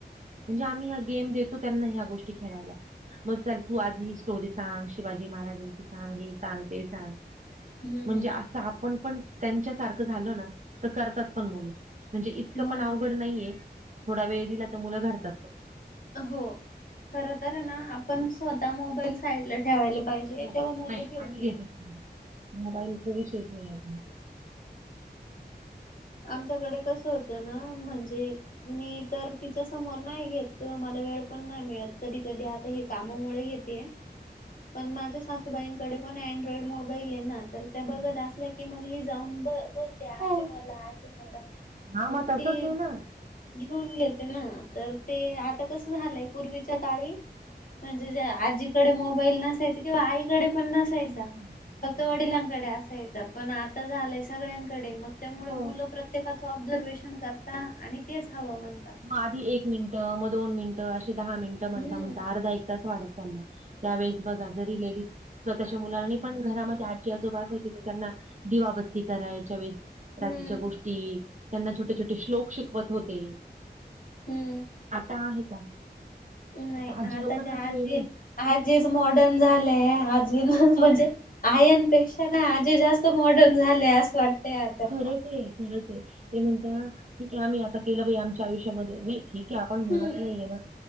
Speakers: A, on the right; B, on the left.
A: म्हणजे आम्ही ह्या गेम देतो त्यांना ह्या गोष्टी खेळायला, मग चल तू आज ही स्टोरी सांग शिवाजी महाराजांची सांग, हे सांग, ते सांग
B: हम्म
A: म्हणजे
B: हम्म
A: आ आपण पण त्यांच्या सारखं झालो ना, तर करतात पण मुलं. म्हणजे इतकं
B: हो
A: पण अवघड
B: ना
A: नाहीये, थोडा वेळ दिला तर मुलं घडतात पण.
B: हो खर तर ना, आपण स्वतः मोबाईल साईड ला ठेवायला पाहिजे,
A: हो
B: तेव्हा मुलं
A: नाही
B: ठेवतील.
A: आम्ही घेतो मोबाईलचा विषयच नाही आपण <unintelligible>
B: आमच्याकडे कसं होत ना म्हणजे मी तर तिच्या समोर नाही घेत किंवा मला वेळ पण नाही मिळत. कधी कधी आ हे कामामुळे घेतीय. पण माझ्या सासूबाईंकडे पण अड्रॉइड मोबाईल आहे ना, तर त्या
A: हो
B: बघत अस- - ल्या की मग ही जाऊन ब बोलते आजी
A: हो
B: मग आज्जी ला
A: हा
B: मग ती
A: तसच आहे
B: --
A: ना
B: घेऊन घेते ना, तर ते आता कसं झालंय, पूर्वीच्या काळी म्हणजे आजीकडे मोबाईल नसायच किंवा आईकडे पण नसा यचा
A: नसायचं
B: फक्त
A: बरोबर
B: वडिलांना कडे असायच, पण आता झालंय सगळ्या कडे आहे मग त्यामुळे
A: हो
B: मुलं प्रत्येकाचं ऑब्झर्वेशन करता आणि तेच हव मनता.
A: मग आधी एक मिनिटं मग दोन मिनिटं अशी दहा मिनिटं म्हणता
B: हम्म
A: म्हणता अर्धा, एक तास वाढत चाललाय. त्यावेेळेस बघा, जरी लेडीज स्वतःच्या मुलांनी पण घरामध्ये आजी आजोबा असायची, तर त्यांना दिवाबत्ती करायच्या वेळेस
B: हम्म
A: रात्रीच्या गोष्टी, त्यांना छोटे छोटे श्लोक शिकवत होते.
B: हम्म.
A: आता आहे का?
B: नाही
A: आता आजी
B: आताच्या
A: लोकांनाच
B: आजी
A: वेळ नाही
B: आजीच मॉडर्न झालंय, आजी म्हणजे आयांपेक्षा ना आजी जास्त मॉडर्न झाले असं वाटतय आता.
A: रोज हे खरच, ते म्हणता ठीक आहे आम्ही आता केलं बाई आमच्या आयुष्यामध्ये <unintelligible> की आपण म्हणत
B: हम्म.
A: नाहीय ना